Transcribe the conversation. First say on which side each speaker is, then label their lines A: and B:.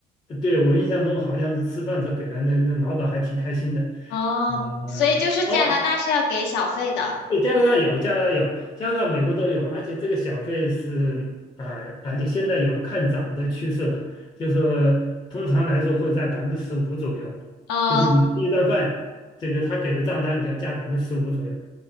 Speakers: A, on the left (about 25°); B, on the left (about 80°).
A: 对我印象中好像是吃饭时候给了那那老板还挺开心的。
B: 哦，
A: 呃哦
B: 所以就是加拿大是要给小费的。
A: 对，加拿大有，加拿大有，加拿大、美国都有，而且这个小费是啊、呃而且现在有看涨的趋势了，就是说通常来说会在百分之十五左右，
B: 呃，
A: 就是你第一顿饭，这个他给的账单你要加百分之十五左右。